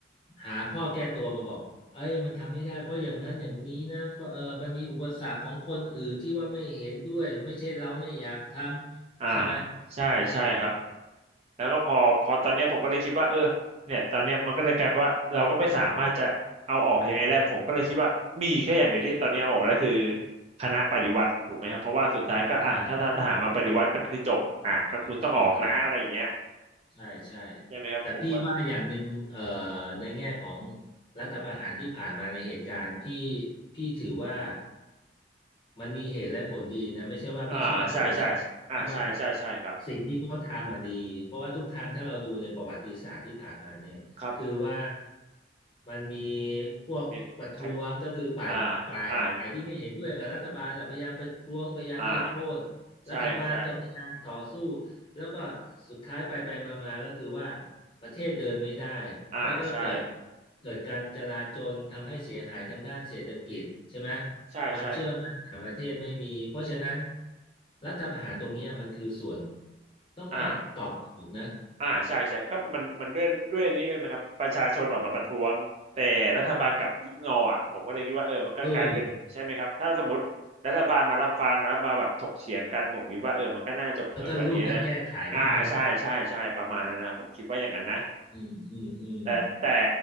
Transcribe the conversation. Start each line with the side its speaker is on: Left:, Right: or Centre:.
Left: หาข้อแก้ตัวมาบอกเอ้ยมันทำไม่ได้เพราะอย่างนั้นอย่างนี้นะเพราะเออมันมีอุปสรรคของคนอื่นที่ว่าไม่เห็นด้วยไม่ใช่เราไม่อยากทำใช่ไหม
Right: อ่าใช่ใช่ครับ
Left: มากกว่า
Right: แล้วก็พอพอตอนเนี้ยผมก็เลยคิดว่าเออเนี่ยตอนเนี้ยมันก็เลยกลายเป็นว่าเราก็ไม่สามารถจะเอาออกยังไงได้ผมก็เลยคิดว่ามีแค่อย่างเดียวที่ตอนนี้เอาออกก็คือคณะปฏิวัติถูกไหมครับเพราะว่าสุดท้ายก็อ่ะถ้าถ้าทหารมาปฏิวัติก็คือจบอ่ะก็คุณต้องออกนะอะไรอย่างเงี้ย
Left: ใช่ใช่ใช่ใช่ ใช่ใช่
Right: ใช่ไหมครับผมก็
Left: แต่พี่ว่าอย่างหนึ่งเอ่อในแง่ของรัฐประหารที่ผ่านมาในเหตุการณ์พี่พี่ถือว่ามันมีเหตุและผลดีนะไม่ใช่ว่าพี่ชอบหรือไม่ชอบพี่ว่า
Right: อ่าใช่ใช่อ่าใช่ใช่ใช่ครับ
Left: สิ่งที่เขาทำอ่ะดีเพราะว่าทุกครั้งถ้าเราดูในประวัติศาสตร์ที่ผ่านมาเนี่ยคือว่า
Right: ครับ
Left: มันมีพวกประท้วงก็คือฝ่ายฝ่ายฝ่ายที่ไม่เห็นด้วยกับรัฐบาลแหละพยายามประท้วงพยายามที่จะโค่น
Right: เอ็ดคัดอ่าอ่าอ่าใช่ใช่
Left: รัฐบาลก็พยายามต่อสู้ แล้วก็สุดท้ายไปไปมามาก็คือว่าประเทศเดินไม่ได้
Right: อ่าใช่
Left: แล้วก็เกิดเกิดการจลาจลทำให้เสียหายทางด้านเศรษฐกิจใช่ไหม
Right: ใช่ใช่
Left: ความเชื่อมั่นต่างประเทศไม่มีเพราะฉะนั้นรัฐประหารตรงเนี้ยมันคือส่วนต้องว่าตอบโจทย์นะ
Right: อ่าอ่าใช่ใช่ก็มันมันด้วยด้วยนี้ด้วยไหมครับประชาชนออกมาประท้วงแต่รัฐบาลกลับอิกนออ่ะผมก็เลยคิดว่าเออมันก็กลายเป็นใช่ไหมครับถ้าสมมติรัฐบาลมารับฟังแล้วมาแบบถกเถียงกันผมคิดว่าเออมันก็น่าจะจบสวยกว่านี้นะ
Left: เออแล้วก็ร่วมกันแก้ไขด้วยนะ
Right: อ่าใช่ใช่ใช่ประมาณนั้นนะผมคิดว่าอย่างนั้นนะ
Left: อืมอืมอืม
Right: แต่แต่